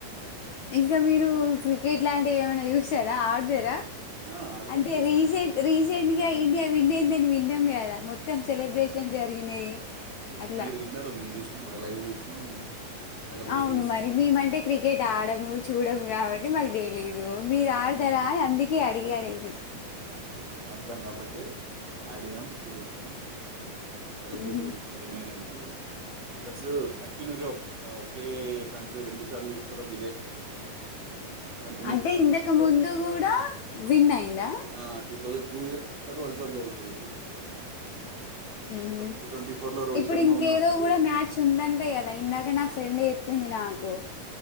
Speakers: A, on the left; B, on the right.
A: ఇంకా మీరు క్రికెట్ లాంటివి ఏమైనా చూసారా ఆడతారా
B: ఆ ఆడతాం
A: అంటే
B: చూస్తాం
A: రీసెంట్ రీసెంట్ గా ఇండియా వవిన్నయ్యిందని విన్న కదా మొత్తం సెలబ్రేషన్ జరిగినాయి
B: చేసినాం
A: అట్లా
B: మీరు విన్నారురు మేము చూసినాం కూడా లైవ్ చూసినాం సెలబ్రేట్
A: అవును
B: చేసుకున్నాం
A: మరి మేమంటే క్రికెట్ ఆడము చూడము కాబట్టి అంటే మాకు తెలిదు
B: ఆ
A: మీరు
B: మేము ఆడతాం
A: ఆడతారా
B: కా
A: అని అందుకే అడిగా నేను
B: ఆ ఆడతాం కాబట్టి ఆడినాం చూసినాం సెలబ్రేట్
A: మ్హూ.
B: చేసినాం విన్న అయినందుకు ప్లస్ కంటిన్యూగా ఒకే కంట్రీ రెండు సార్లు తీసుకోవడం ఇదే కంటిన్యూస్
A: అంటే
B: కన్సిక్యూటివ్
A: ఇంతకు ముందు
B: వరల్డ్
A: కూడా విన్ అయిందా
B: cup two thousand two years sir world cup జరుగుతుంది ట్వ వల్డ్ కప్
A: హ
B: ట్వంటీ ట్వంటీ ఫోర్ లో రోహిత్
A: ఇప్పుడు
B: శర్మ
A: ఇంకేదో
B: ఉన్నప్పుడు
A: కూడా మ్యాచ్ ఉందంటే కదా ఇందాక నా ఫ్రెండ్ చెప్పింది నాకు